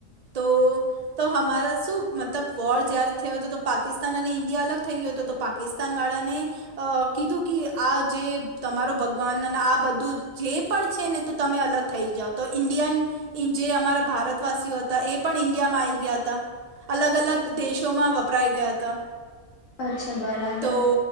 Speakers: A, on the right (about 55°); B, on the left (about 70°).
A: તો તો અમારા શું મતલબ વોર જયારે થયો હતો તો પાકિસ્તાન અને ઇન્ડિયા અલગ થઈ ગયો હતો તો પાકિસ્તાનવાળાને. અ કીધું કે આ જે તમારો ભગવાન અને આ બધું જે પણ છે ને. તો તમે અલગ થઈ જાઓ તો ઇન્ડિયન જે અમારા ભારતવાસીઓ હતા. એ પણ ઇન્ડિયામાં આ આવી ગયા હતા, અલગ અલગ
B: અચ્છા
A: દેશોમાં વપરાઈ ગયા હતા.
B: અચ્છા બરાબર
A: તો